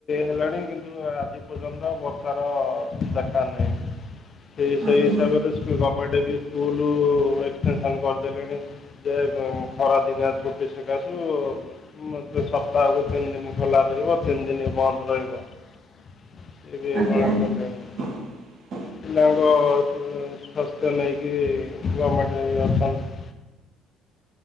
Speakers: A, on the left; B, on the right.
A: ହେଲାଣି କିନ୍ତୁ ଆଜି ଏ ପର୍ଯ୍ୟନ୍ତ ବର୍ଷାର ଦେଖା ନାହିଁ। ସେ ସେଇ
B: ଆଜ୍ଞା
A: ହିସାବରେ <unintelligible> ଗମେଣ୍ଟ ବି ସ୍କୁଲୁ ଏକ୍ସଟେନସନ୍ କରିଦେଲେଣି। ଯେ ଉଁ ଖରା ଦିନିଆ ଛୁଟି ସୁକାସୁ ମୋଧେ ସପ୍ତାହକୁ ତିନି ଦିନ ଖୋଲା ରହିବ ତିନି ଦିନ ବନ୍ଦ ରହିବ। ଏବେ ଏଇଭଳା
B: ଆଜ୍ଞା
A: କଲେଣି।
B: <inaudible>
A: ପିଲାଙ୍କ ସୁ ସ୍ୱାସ୍ଥ୍ୟ ନେଇକି ଗମେଣ୍ଟ ଇଏ ଅଛନ୍ତି।